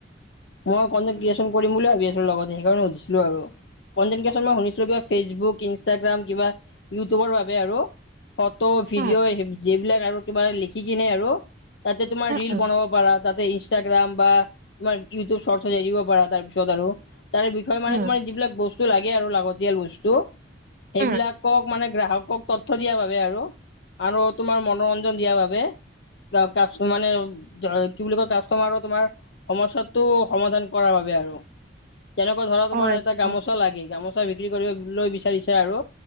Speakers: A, on the left; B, on the right.
A: মই কণ্টেণ্ট ক্ৰিয়েচন কৰিম বুলি ভাবি আছিলোঁ লগতে সেইকাৰণে সুধিছিলোঁ আৰু। কণ্টেণ্ট ক্ৰিয়েচন মই শুনিছিলোঁ কিবা ফেচবুক, ইনষ্টাগ্ৰাম কিবা ইউটিউবৰ বাবে আৰু। ফটো ভিডিঅ'
B: উম
A: যিবিলাক আৰু কিবা লিখি কিনে আৰু। তাতে তোমাৰ
B: উম
A: ৰীল
B: উম
A: বনাব পাৰা, তাতে ইনষ্টাগ্ৰাম বা তোমাৰ ইউটিউব ছৰ্টছ এৰিব পাৰা তাৰপিছত আৰু তাৰ বিষয়ে মানে
B: উম
A: তোমাৰ যিবিলাক বছ টো লাগে আৰু লাগতিয়াল বস্তু সেইবিলাকক
B: উম
A: মানে গ্ৰাহকক তথ্য দিয়া ভাবে আৰু, আৰু তোমাৰ মনোৰঞ্জন দিয়া বাবে। কা কাছমানে জ কি বুলি কয় কাষ্টমাৰৰ তোমাৰ সমস্যাত টো সমাধান কৰাৰ বাবে আৰু, তেনেকুৱা ধৰা তোমাৰ
B: অ আচ্ছা
A: এটা গামোচা লাগে গামোচা বিক্ৰী কৰিবলৈ বিচাৰিছা আৰু,